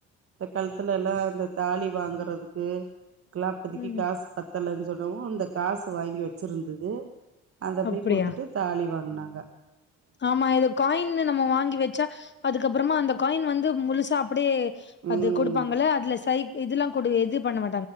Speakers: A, on the right (about 50°); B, on the left (about 35°).
A: இந்த காலத்துல எல்லா இந்த தாலி வாங்றதுக்கு கலாப்பதிக்கு
B: ம்
A: காசு பத்தலஞ் சொல்லவு இந்த காசு வாங்கி வச்சிருந்தது அத போய்
B: அப்படியா
A: குடுத்துட்டு தாலி வாங்னாங்க
B: ஆமா இது காய்ன்னு நம்ம வாங்கி வச்சா அதுக்கப்புறமா அந்த காய்ன் வந்து முழுசா அப்டியே
A: ம்
B: அது கொடுப்பாங்கள அதுல சை இதெல்லா கொடு இது பண்ண மாட்டாங்